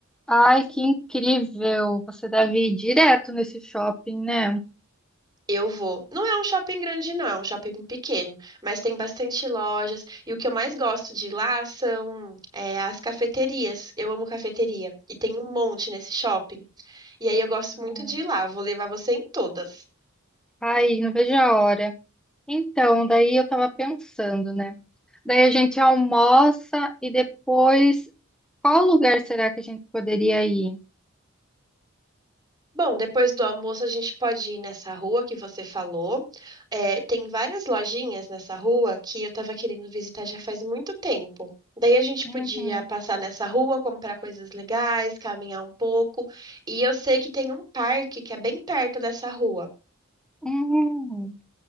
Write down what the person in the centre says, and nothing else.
Ai, que incrível! Você deve ir direto nesse shopping, né?
Uhum.
Ai, não vejo a hora. Então, daí eu tava pensando, né? Daí a gente almoça e depois, qual lugar será que a gente poderia ir?
Uhum.
Uhum.